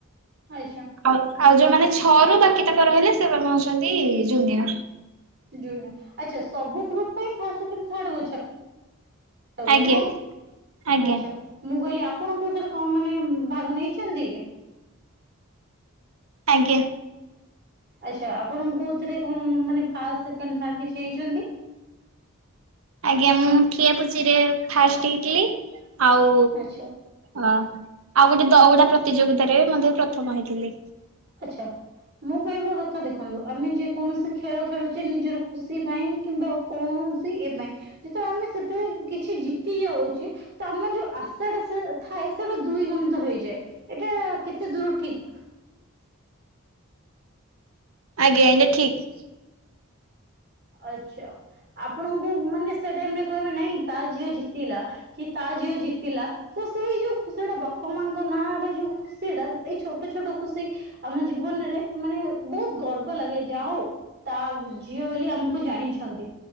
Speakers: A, on the right; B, on the right.
A: ଆଚ୍ଛା।
B: ଆଉ ଆଉ ଯୋଉମାନେ ଛଅ ରୁ ବାକି ତାଙ୍କ ରହିଲେ ସେମାନେ ହଉଛନ୍ତି ଜୁନିଅର।
A: ଜୁନିୟର ଆଚ୍ଛା ସବୁ ଗ୍ରୁପ୍ ପାଇଁ ଫାର୍ଷ୍ଟ ସେକେଣ୍ଡ ଥାର୍ଡ ହଉଛା। ଆଉ
B: ଆଜ୍ଞା
A: ନାଇଁ
B: ଆଜ୍ଞା
A: ଆଚ୍ଛା ମୁଁ କହିଲି ଆପ ଆପଣ କୋଉଥିରେ କଣ ମାନେ ଭାଗ ନେଇଛନ୍ତି?
B: ଆଜ୍ଞା।
A: ଆଚ୍ଛା ଆପଣ କୋଉଥିରେ କଣ ମାନେ ଫାଷ୍ଟ ସେକଣ୍ଡ ଥାର୍ଡ କିଛି ହେଇଛନ୍ତି?
B: ଆଜ୍ଞା ମୁଁ ଠିଆପୁଚିରେ ଫାଷ୍ଟ ହେଇଥିଲି। ଆଉ
A: ଆଚ୍ଛା
B: ଅ ଆଉ ଗୋଟେ ଦଉଡା ପ୍ରତିଯୋଗିତାରେରେ ମଧ୍ୟ ପ୍ରଥମ ହେଇଥିଲି।
A: ଆଚ୍ଛା। ମୁଁ କହେ ମୋ କଥା ଦେଖନ୍ତୁ ଆମେ ଯେକୌଣସି ଖେଳ ଖେଳୁଛେ ନିଜର ଖୁସି ପାଇଁ କିମ୍ବା କୌଣସି ଏ ପାଇଁ ଯେତେବେଳେ ଆମେ ସେତେବେଳେ କିଛି ଜିତି ଯାଉଛେ ତ ଆମର ଯୋଉ ଆଶାଟା ସେ ଥାଏ ସେଟା ଦୁଇ ଗୁଣିତ ହେଇଯାଏ ଏଇଟା କେତେ ଦୂର ଠିକ୍?
B: ଆଜ୍ଞା ଆଜ୍ଞା ଠିକ୍।
A: ଆଚ୍ଛା ଆପଣଙ୍କୁ ମାନେ ସେ ଟାଇମ୍ ରେ କହିବା ନାଇଁ ତା ଝିଅ ଜି ଥିଲା କି ତା ଝିଅ ଜିତିଲା ତ ସେଇ ଯୋଉ ଖୁସିଟା ବାପା ମାଙ୍କ ନାଁ ରେ ଯୋଉ ଖୁସିଟା ଏଇ ଛୋଟ ଛୋଟ ଖୁସି ଆମ ଜୀବନରେ ମାନେ ବହୁତ ଗର୍ବ ଲାଗେ ଯାହା ହଉ ତା ଝିଅ ବୋଲି ଆମକୁ ଜାଣିଛନ୍ତି